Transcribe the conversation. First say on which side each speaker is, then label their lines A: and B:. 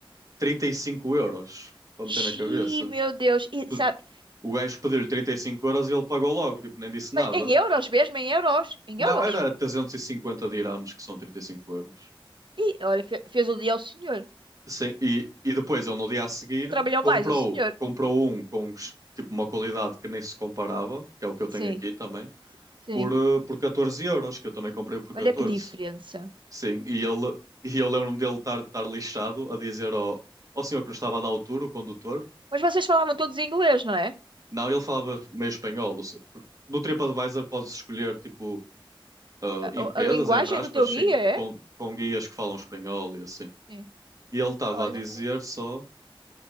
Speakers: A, on the right; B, on the right.
A: 35 euros para meter
B: Xiii,
A: na cabeça.
B: meu Deus. E,
A: Pe-
B: sabe,
A: O gajo pediu-lhe 35 euros e ele pagou logo, tipo, nem disse nada.
B: mas em euros mesmo, em euros. Em
A: Não,
B: euros.
A: era 350 dirhams, que são 35 euros.
B: E olha, fe- fez o dia ao senhor.
A: Sim, e, e depois ele no dia a seguir
B: Não trabalhou
A: comprou,
B: mais o senhor.
A: comprou um com tipo uma qualidade que nem se comparava, que é o que eu tenho
B: Sim,
A: aqui também
B: sim.
A: por, eh, por 14 euros, que eu também comprei por
B: Olha
A: catorze
B: que diferença.
A: Sim, e ele, e eu lembro-me dele estar, estar lixado a dizer ao, ao senhor que nos estava a dar o tour, o condutor.
B: Mas vocês falavam todos em inglês, não é?
A: Não, ele falava meio espanhol. o se- porque No TripAdvisor podes escolher, tipo, eh,
B: A, a-
A: empresas,
B: a linguagem
A: entre aspas,
B: do teu
A: sim,
B: guia é?
A: com, com guias que falam espanhol e assim.
B: Sim.
A: E ele estava
B: Olha.
A: a dizer só